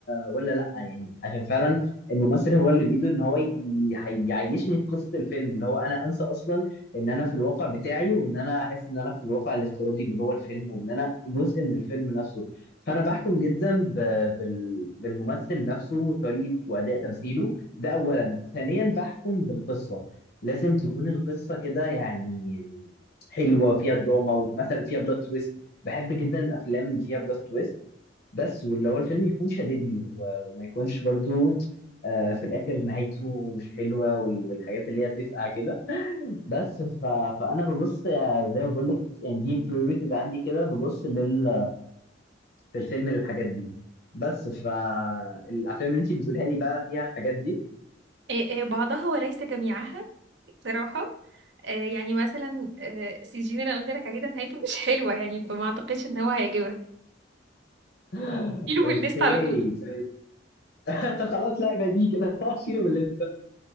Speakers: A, on the left; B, on the right.
A: ولا لا يعني عشان فعلا الممثل هو اللي بايده ان هو ي- ي- يعيشني في قصه الفيلم اللي هو انا انسى اصلا ان انا في الواقع بتاعي وان انا احس ان انا في الواقع الافتراضي اللي جوه الفيلم وان انا جزء من الفيلم نفسه فانا بحكم جدا ب... بال... بالممثل نفسه طريقه واداء تمثيله ده اولا ثانيا بحكم بالقصه لازم تكون القصه كده يعني حلوه فيها دراما ومثلا فيها بلوت تويست بحب جدا الافلام اللي فيها بلوت تويست بس واللي هو الفيلم يكون شاددني و- وما يكونش برضو آه، في الاخر نهايته مش حلوه وال- والحاجات اللي هي تفقع كده بس ف... فانا ببص آه، زي ما بقول لك يعني دي بريوريتيز عندي كده ببص لل... في الفيلم للحاجات دي بس فالافلام اللي انت بتقولها لي بقى فيها الحاجات دي
B: إيه إيه بعضها وليس جميعها بصراحة آه، يعني مثلا آه، سجين اللي أنا قلت لك عليه ده نهايته مش حلوة يعني فما أعتقدش إن هو هيعجبك
A: <gasps> <laughs>
B: شيله من
A: اوكي
B: الليست على طول
A: طيب <laughs> خلاص لا يبقى دي كده <laughs> شيله من الليسته